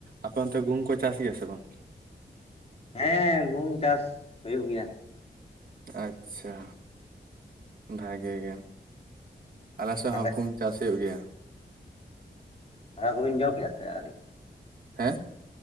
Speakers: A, on the right (about 55°); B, on the left (about 35°).
A: ᱟᱯᱮ ᱚᱱᱛᱮ ᱜᱩᱦᱩᱢ ᱠᱚ ᱪᱟᱥ ᱜᱮᱭᱟ ᱥᱮ ᱵᱟᱝ,
B: ᱦᱮᱸ ᱜᱩᱦᱩᱢ ᱪᱟᱥ ᱦᱩᱭᱩᱜ ᱜᱮᱭᱟ,
A: ᱟᱪᱪᱷᱟ ᱵᱷᱟᱜᱮ ᱜᱮ, ᱟᱞᱮ ᱥᱮᱫ
B: ᱛᱟᱦᱚᱞᱮ
A: ᱦᱚᱸ ᱜᱩᱦᱩᱢ ᱪᱟᱥ ᱦᱩᱭᱩᱜ ᱜᱮᱭᱟ
B: ᱫᱟᱠᱟ ᱠᱚᱵᱤᱱ ᱡᱚᱢ ᱠᱮᱫ-ᱟ ᱥᱮ ᱟᱹᱣᱨᱤ?
A: ᱦᱮᱸ